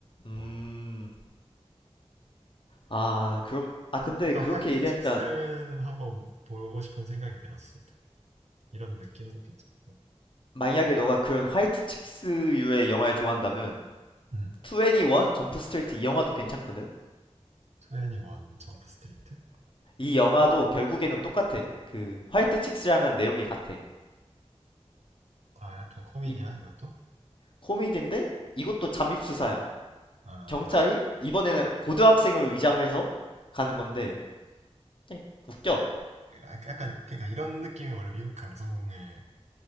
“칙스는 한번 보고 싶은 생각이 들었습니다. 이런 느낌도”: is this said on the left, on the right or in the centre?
Right